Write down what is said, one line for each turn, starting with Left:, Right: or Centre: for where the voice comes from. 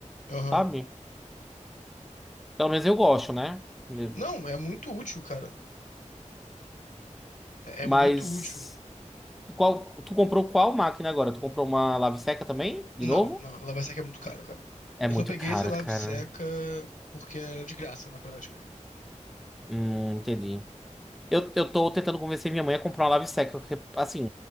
Left: aham.
Centre: sabe? Pelo menos eu gosto, né? Né?
Left: Não, é muito útil, cara. É,
Centre: Mas
Left: é muito útil.
Centre: qual, tu comprou qual máquina agora? Tu comprou uma lave seca também? De
Left: Não,
Centre: novo?
Left: não, lava-seca é muito caro, cara.
Centre: É
Left: Eu
Centre: muito
Left: só peguei
Centre: caro,
Left: esse lava-seca
Centre: cara.
Left: porque é de graça na prática.
Centre: Hum, entendi. Eu, eu tô tentando convencer minha mãe a comprar uma Lave-Seca, porque, assim,